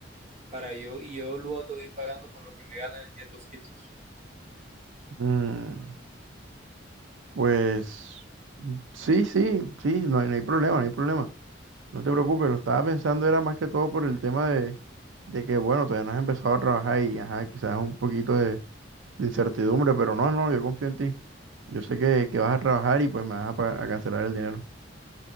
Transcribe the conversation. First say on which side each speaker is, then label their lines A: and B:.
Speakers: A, on the right (about 35°); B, on the right (about 80°).
A: para yo y yo luego te voy pagando con lo que me gano vendiendo fritos.
B: Mm, pues mm, sí, sí, sí, no hay, no hay problema, no hay problema. No te preocupes, lo estaba pensando era más que todo por el tema de, de que, bueno, todavía no has empezado a trabajar y, ajá, quizás un poquito de de incertidumbre, pero no, no, yo confío en ti. Yo sé que, que vas a trabajar y pues me vas a, pagar- a cancelar el dinero.